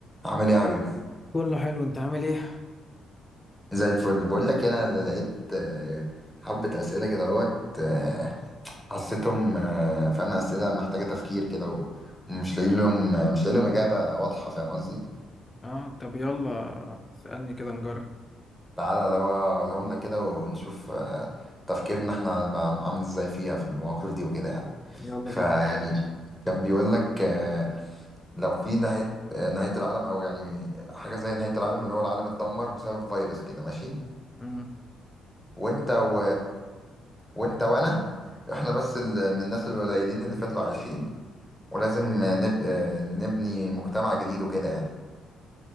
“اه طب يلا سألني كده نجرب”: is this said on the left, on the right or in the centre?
Left